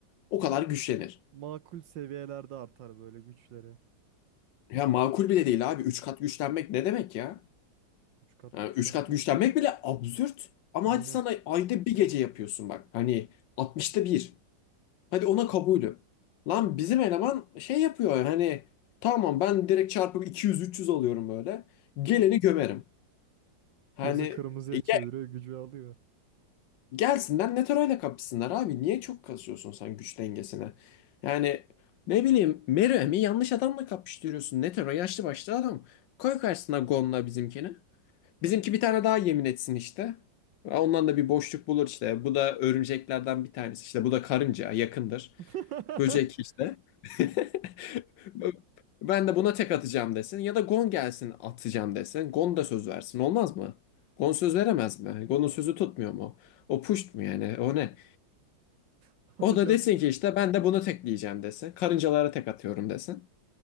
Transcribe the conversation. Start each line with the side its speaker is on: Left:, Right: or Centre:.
Left: O
Right: Ya
Left: kadar güçlenir.
Right: makul seviyelerde artar böyle güçleri.
Left: Ya makul bile değil abi. üç kat güçlenmek ne demek ya?
Right: üç kat
Left: Yani
Right: güçlenmek.
Left: üç kat güçlenmek bile absürt. Ama
Right: Aynen.
Left: hadi sana ayda bir gece yapıyorsun bak. Hani 60'ta bir. Hadi ona kabulü. Lan bizim eleman şey yapıyor hani tamam ben direkt çarpı 200-300 alıyorum böyle. Geleni gömerim. Hani
Right: Gözü kırmızıya
Left: e, ge-
Right: çeviriyor, gücü alıyor.
Left: gelsinler Netaro'yla kapışsınlar abi. Niye çok kasıyorsun sen güç dengesine? Yani ne bileyim Meruem'i yanlış adamla kapıştırıyorsun. Netero yaşlı başlı adam. Koy karşısına Gon'la bizimkini. Bizimki bir tane daha yemin etsin işte. Ondan da bir boşluk bulur işte. Bu da örümceklerden bir tanesi işte. Bu da karınca yakındır.
Right: <laughs>
Left: Böcek işte. <laughs> Ben de buna tek atacağım desin. Ya da Gon gelsin atacağım desin. Gon da söz versin. Olmaz mı? Gon söz veremez mi? Gon'un sözü tutmuyor mu? O puşt mu yani? O ne?
Right: Hocam
Left: O da desin ki işte ben de bunu tekleyeceğim desin. Karıncalara tek atıyorum desin.